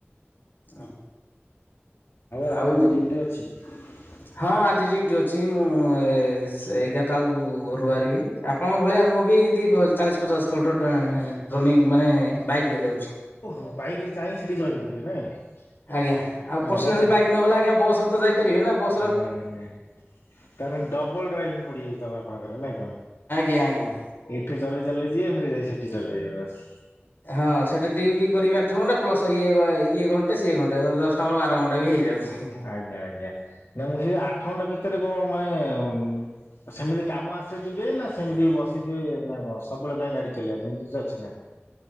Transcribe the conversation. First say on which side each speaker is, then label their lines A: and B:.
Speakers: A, on the left; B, on the left.
A: ଅ।
B: ଆପଣ
A: ଆଉ
B: ଆଜି ଡ୍ୟୁଟି <inaudible>
A: ହଁ ଆଜି ଡ଼ିଉଟି ଅଛି ମୁଁ ଏ-ଏ ସେ ଏଗାରଟା ଆଳକୁ ଘରୁ ବାହାରିବି ଆପ୍ ଆପଣଙ୍କ ଭଳିଆ ମୁଁ ବି ଇନ୍ତି ଚାଳିଶ୍ ପଚାଶ୍ କିଲୋମିଟର୍ ଡାଏଁ ରନିଂ ମାନେ ବାଇକ୍ ରେ ଯାଉଛି।
B: ଓହୋ ବାଇକ୍ ରେ ଯାଇଁ ସେଠି ଜଏନ୍ କରିବେ ନାଇଁ।
A: ଆଜ୍ଞା ଆଉ
B: ଆ
A: ପର୍ସନାଲ୍
B: ଡବ
A: ବାଇକ୍ ନହେଲେ ଆଜ୍ଞା ବସ୍ ରେ ତ ଯାଇପାରିବେ ନା ବ
B: ନାଇଁ ନାଇଁ ତା ମାନେ ଡବଲ୍ ଡ୍ରାଇଭିଂ ପଡିଯାଏ ତ ଆପଣଙ୍କର ନାଇଁ କଣ?
A: ଆଜ୍ଞା ଆଜ୍ଞା।
B: ଏଠି ଚାଲେଇ ଚାଲେଇ ଯିବେ ଫେରେ ଯାଇ ସେଠି ଚାଲେଇବେ ବାସ୍
A: ହଁ ସେଠି ଡିଉଟି କରିବେ ଆଠ ଘଣ୍ଟା ପ୍ଲସ୍ ଇଏ ଇଏ ଘଣ୍ଟେ ସିଏ ଘଣ୍ଟେ ଦଶ୍ ତମ ବାର ଘଣ୍ଟା ବି ହେଇଯାଉଛି ହି।
B: ଆଜ୍ଞା ଆଜ୍ଞା। ନା ମୁଁ ସେଇ ଆଠ ଘଣ୍ଟା ଭିତରେ କଁ ମାଏଁ ସେମିତି କାମ ଆସେ ଯିବେ ନା ସେମିତି ବସିଥିବେ ନା କଁ ସବୁବେଳେ ପାଇଁ ଗାଡି ଚଲେଇବା ପାଇଁ ସେମିତି କିଛି ଅଛି ନା।